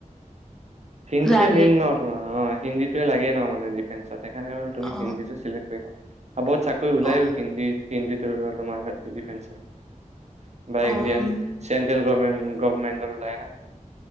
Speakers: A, on the right (about 55°); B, in the centre.
A: হিন্দীটোৱে
B: লাগে
A: মেইন ন তোমাৰ অ হিন্দীটোৱে লাগেই ন মানে ডিফেন্ঞ্চত সেইকাৰণে বোলো তুমি
B: অ
A: হিন্দীটো চিলেক্ট কৰিলা আৰু বহুত চাকৰি ওলায়ো
B: অ
A: হিন্দীত হিন্দীটোৰ তোমাৰ ডিফেঞ্চত বা
B: উম
A: ইণ্ডিয়ান চেন্ট্ৰেল গভমেণ্ট গভৰ্মেণ্টত ওলাই